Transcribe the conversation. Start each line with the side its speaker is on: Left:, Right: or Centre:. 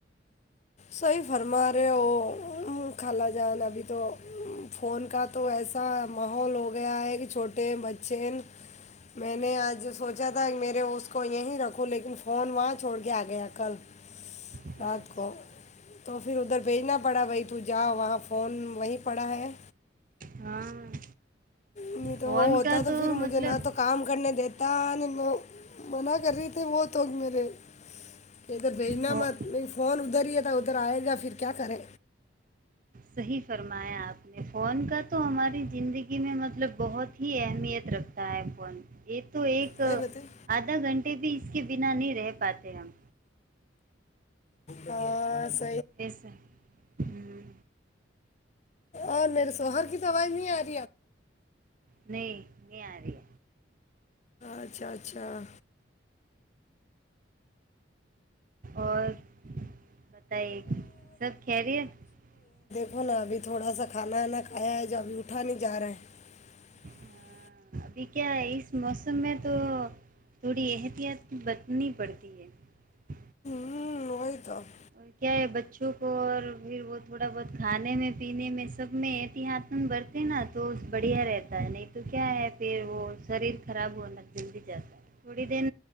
Left: صحی فرما رہے وہ خال جان ابھی تو فون کا تو ایسا ماحول ہو گیا ہے کہ چھوٹے ہیں بچے ہیں میں نے آج سوچا تھا کہ میرے اس کو یہیں رکھوں لیکن فون وہاں چھوڑ کے آ گیا کل
Right: اچھا
Left: رات کو تو پھر ادھر بھیجنا پڑا بھائی تو جا وہاں فون وہیں پڑا ہے
Right: ہاں
Left: نہیں
Right: فون
Left: تو وہ ہوتا
Right: کا
Left: تو پھر
Right: مطلب
Left: مجھے نہ تو کام کرنے دی نہیں منع کر رہی تھی وہ توگ میرے اگر دجنا
Right: ہو
Left: میں فون ادھر ہی ہے تو ادھر آئے گا پھر کیا کریں
Right: صحیح فرمایا آپ نے فون کا تو ہماری زندگی میں مطلب بہت ہی اہمیت رکھتا ہے فون ایک تو ایک
Left: کہیں بتائیں
Right: آدھا گھنٹے بھی اس کے بنا نہیں رہ پاتے ہم
Left: ہ
Right: ایسے ہوں
Left: اور میرے سوہر کی تو آواز نہیں آتی <unintelligible>
Right: نہیں نہیں آ رہی <unintelligible>
Left: اچھا اچھا
Right: اور <unintelligible> بتائیے سب کہہ رہی ہے <unintelligible>
Left: وہنا ابھی تھوڑا سا کھانا وانا کھایا ہے جو ابھی اٹھا نہیں جا رہا ہے <unintelligible>
Right: ہاں ابھی کیا ہے اس موسم میں تو تھوڑی احتیاط بتنی پڑتی ہے <unintelligible>
Left: ہوں وہ تو <unintelligible>
Right: اور کیا ہے بچوں کو اور پھر وہ تھوڑا بہت کھانے میں پینے میں سب میں ایتی ہی ہاتھن برتے نا تو بڑھیا رہتا ہے نہیں تو کیا ہے پھر وہ شریر خراب ہونا جلدی جاتا ہے تھوڑی دیر